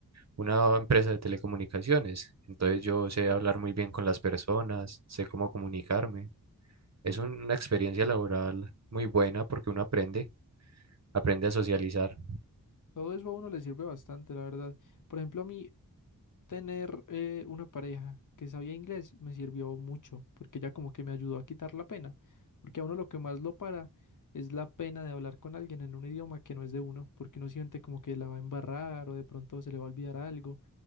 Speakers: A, on the right; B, on the left.
A: una empresa de telecomunicaciones, entonces yo sé hablar muy bien con las personas, sé cómo comunicarme. Es un- una experiencia laboral muy buena porque uno aprende, aprende a socializar.
B: Todo eso a uno le sirve bastante, la verdad. Por ejemplo, a mí, tener eh, una pareja que sabía inglés me sirvió mucho, porque ya como que me ayudó a quitar la pena, porque a uno lo que más lo para es la pena de hablar con alguien en un idioma que no es de uno, porque uno siente como que la va a embarrar o de pronto se le va a olvidar algo,